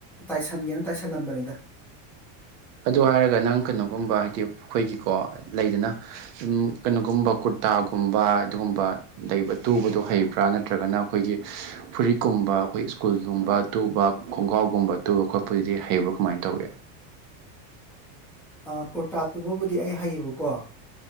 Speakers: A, in the centre; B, on the right.
A: ꯇꯥꯏꯁꯟꯒꯦꯅ ꯇꯥꯏꯁꯜꯂꯝꯕꯅꯦꯗ
B: ꯑꯗꯨ ꯍꯥꯏꯔꯒ ꯅꯪ ꯀꯩꯅꯣꯒꯨꯝꯕ ꯍꯥꯏꯗꯤ ꯑꯩꯈꯣꯏꯒꯤꯀꯣ ꯂꯩꯗꯅ ꯁꯨꯝ ꯀꯩꯅꯣꯒꯨꯝꯕ ꯀꯨꯔ ꯇꯥꯒꯨꯝꯕ ꯑꯗꯨꯒꯨꯝꯕ ꯂꯩꯕ ꯇꯨꯕꯗꯣ ꯍꯩꯕ꯭ꯔꯥ ꯅꯠꯇ꯭ꯔꯒꯅ ꯑꯩꯈꯣꯏꯒꯤ ꯐꯨꯔꯤꯠꯀꯨꯝꯕ ꯑꯩꯈꯣꯏ ꯁ꯭ꯀꯨꯜꯒꯨꯝꯕ ꯇꯨꯕ ꯈꯣꯡꯒꯥꯎꯒꯨꯝꯕ ꯇꯨꯕ ꯈꯣꯠꯄꯗꯨꯗꯤ ꯍꯩꯕ꯭ꯔꯣ ꯀꯃꯥꯏꯅ ꯇꯧꯒꯦ
A: <inaudible> ꯑ ꯀꯨꯔꯇꯥ ꯇꯨꯕꯕꯨꯗꯤ ꯑꯩ ꯍꯩꯌꯦꯕꯀꯣ